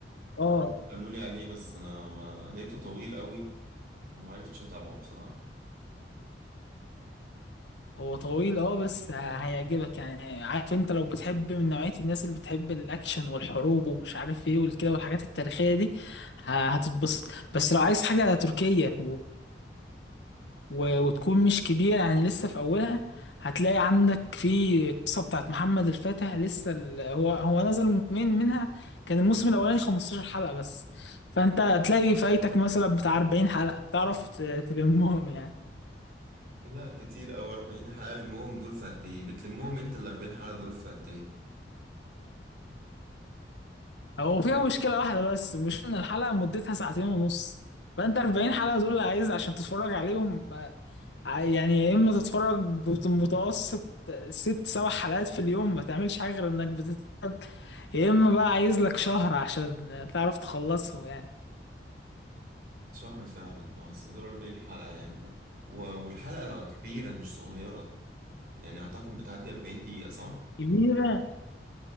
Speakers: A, on the left; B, on the right.
A: اه
B: قالوا لي عليه بس انا ما لقيته طويل قوي فما عرفتش اتابعه بصراحه
A: هو طويل اه بس هيعجبك يعني عارف انت لو بتحب من نوعية الناس اللي بتحب الاكشن والحروب ومش عارف ايه والكده والحاجات التاريخية دي ه- هتتبسط بس لو عايز حاجة تركية و- وتكون مش كبيرة يعني لسه في أولها هتلاقي عندك في قصة بتاعت محمد الفاتح لسه ال... هو هو نزل موسمين منها كان الموسم الأولاني 15 حلقة بس فأنت هتلاقي فايتك مثلا بتاع 40 حلقة تعرف ت- تلمهم يعني
B: لا كتير أوي 40 حلقة لمهم دول في قد إيه بتلمهم أنت ال 40 حلقة دول في قد إيه
A: هو فيها مشكلة واحدة بس مش إن الحلقة مدتها ساعتين ونص فأنت 40 حلقة دول اللي عايز عشان تتفرج عليهم ع- يعني يا اما تتفرج بمتوسط ست سبع حلقات في اليوم ما تعملش حاجه غير انك بتتفرج يا اما بقى عايز لك شهر عشان تعرف تخلصهم يعني
B: شهر فعلا ما أصل دول 40 حلقة يعني لا. و- والحلقة كبيرة مش صغيرة يعني أعتقد بتعدي 40 دقيقة صح؟
A: كبيره